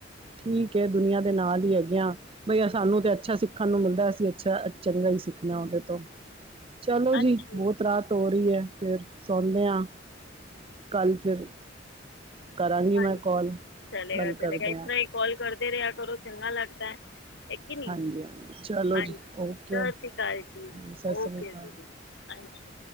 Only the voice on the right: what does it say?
ਠੀਕ ਹੈ ਦੁਨੀਆਂ ਦੇ ਨਾਲ ਹੀ ਹੈਗੇ ਆ ਬਈ ਸਾਨੂੰ ਤੇ ਅੱਛਾ ਸਿੱਖਣ ਨੂੰ ਮਿਲਦਾ ਅਸੀਂ ਅੱਛਾ ਚੰਗਾ ਹੀ ਸਿੱਖਣਾ ਉਹਦੇ ਤੋਂ ਚਲੋ
ਜੀ ਬੋਤ ਫਿਰ ਸੌਂਦੇ ਹਾਂ ਕੱਲ ਫਿਰ ਕਰਾਂਗੀ
ਮੈਂ ਕਾਲ
ਗੱਲ ਕਰਦੇ
ਹਾਂ
ਹਾਂਜੀ ਹਾਂਜੀ ਚਲੋ
ਜੀ
ਓਕੇ
ਹਾਂਜੀ ਸਤਿ
ਸ਼੍ਰੀ ਅਕਾਲ